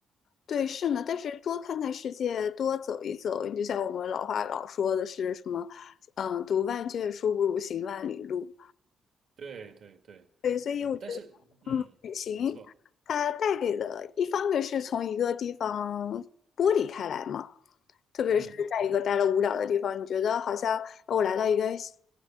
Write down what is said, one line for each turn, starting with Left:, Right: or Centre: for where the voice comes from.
Left: 对，是呢，但是多看看世界，多走一走，你就像我们老话老说的是什么，嗯，读万卷书不如行万里路。
Right: 对对对，
Left: 对，所以我觉得
Right: 嗯、但是嗯，
Left: 旅行它带给的，
Right: 没错，
Left: 一方面是从一个地方剥离开来嘛，特别是在一个待了无聊的地方，
Right: 嗯，
Left: 你觉得好像呃我来到一个新